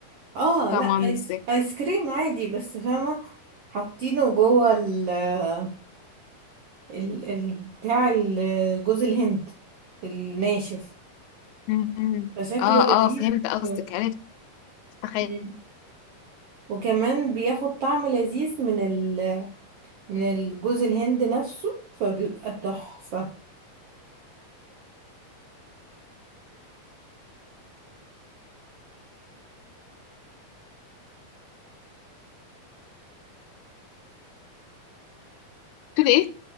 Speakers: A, on the right; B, on the left.
A: اه
B: طعمه
A: لا
B: عامل
A: آيس...
B: ازاي
A: آيس كريم عادي بس فاهمة حاطينه جوه ال... آه، ال... ال... بتاع ال- جوز الهند الناشف
B: مم.
A: فشكله
B: اه
A: لذيذ
B: اه فهمت قصدك
A: آه.
B: عرفت تخيل
A: مم. وكمان بياخد طعم لذيذ من ال من الجوز الهند نفسه فبيبقى تحفة
B: تقول ايه